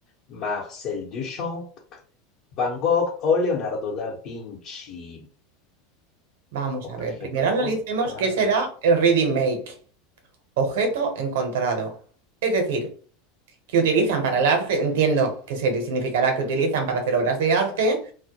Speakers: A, on the left (about 55°); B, on the right (about 75°).
A: Marcel Duchamp, Van Gogh o Leonardo da Vinci.
B: Vamos
A: Objeto
B: a ver, primero
A: encontrado.
B: analicemos qué será el reading make, objeto encontrado. Es decir, que utilizan para el arte, entiendo que se significará que utilizan para hacer obras de arte